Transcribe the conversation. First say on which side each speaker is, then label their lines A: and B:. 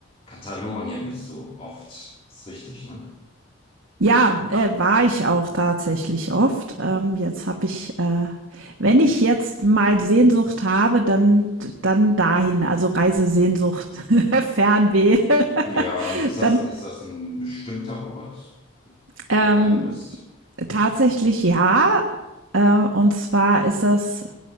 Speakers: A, on the left; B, on the right.
A: Katalonien bist du oft. Ist richtig, ne?
B: Ja, äh, war ich auch tatsächlich oft. Ähm, jetzt habe ich, äh, wenn ich jetzt mal Sehnsucht habe, dann dann dahin, also Reisesehnsucht, <laughs> Fernweh,
A: Ja,
B: <laughs>
A: und ist das,
B: dann
A: ein- ist das ein bestimmter Ort,
B: ähm,
A: wo du gerne bist?
B: tatsächlich ja. Äh, und zwar ist das,